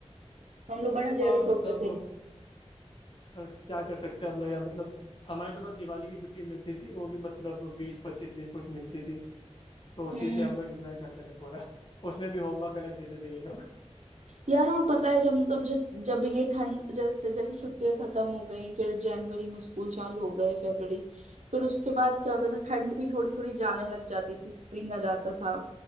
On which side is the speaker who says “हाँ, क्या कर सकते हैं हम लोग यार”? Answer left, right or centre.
Left